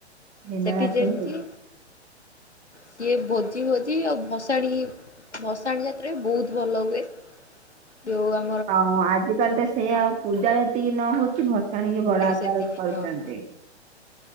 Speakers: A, on the right (about 20°); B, on the left (about 80°).
A: ଦିନ
B: ସେଠି
A: ରାତି
B: ଯେମତିଁ
A: ଭୋଜି
B: ସିଏ ଭୋଜି ଭୋଜି ଆଉ ଭସାଣି ଭସାଣି ଯାତ୍ରା ବି ବହୁତ ଭଲ ହୁଏ। <unintelligible>
A: ହଁ ହଁ ଆଜିିକାଲି ତ ସେଇଆ ଆଉ ପୂଜା ଯେତିକି ନ ହଉଛି, ଭସାଣି କି ବଡ଼ ଆକାର
B: ସେତିକି
A: କରୁଛନ୍ତି।
B: ହଁ।